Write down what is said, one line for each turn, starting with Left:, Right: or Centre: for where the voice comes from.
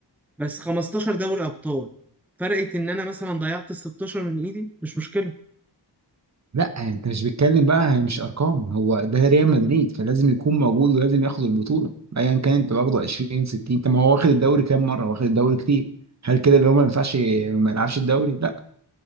Centre: بس 15 دوري أبطال فرقت إن أنا مثلا ضيعت ال 16 من إيدي مش مشكلة
Right: لا انت مش بتتكلم بقى هي مش ارقام هو ده ريال مدريد فلازم يكون موجود ولازم ياخد البطوله ايا كان انت واخده 20 60 طب ما هو واخد الدوري كام مره واخد الدوري كتير هل كده اللي هو ما ينفعش ما يلعبش الدوري لا